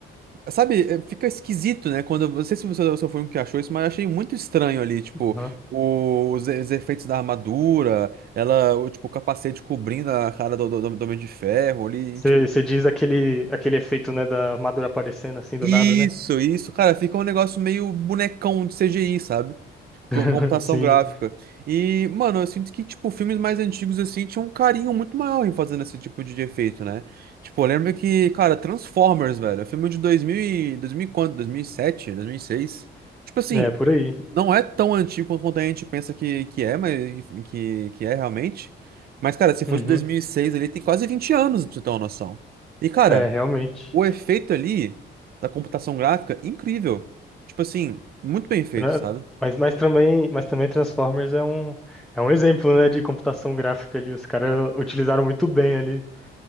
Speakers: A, on the right; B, in the centre.
A: Sabe, é, fica esquisito, né? Quando, eu não sei se você você foi um que achou isso, mas eu achei muito estranho ali, tipo,
B: Uhum.
A: o- os, os efeitos da armadura, ela, o, tipo, o capacete cobrindo a cara do, do, do Homem de Ferro ali,
B: Você
A: tipo.
B: você diz aquele, aquele efeito, né, da armadura aparecendo assim do
A: Isso,
B: nada, né?
A: isso, cara, fica um negócio meio bonecão de CGI, sabe? Tipo, pra
B: <laughs>
A: uma computação
B: Sim,
A: gráfica. E, mano, eu sinto que, tipo, filmes mais antigos, assim, tinham um carinho muito maior em fazendo esse tipo de efeito, né? Tipo, eu lembro que, cara, Transformers, velho, é filme de dois mil e... 2000 e quanto? dois mil e sete? dois mil e seis Tipo assim,
B: é por aí.
A: não é tão antigo quanto a gente pensa que, que é, mas que, que é realmente. Mas, cara, se fosse
B: Uhum.
A: de dois mil e seis ali, tem quase 20 anos, pra você ter uma noção. E, cara,
B: É, realmente.
A: o efeito ali da computação gráfica, incrível. Tipo assim, muito bem feito,
B: Tra-
A: sabe?
B: Mas, mas também, mas também Transformers é um, é um exemplo, né, de computação gráfica ali. Os caras utilizaram muito bem ali.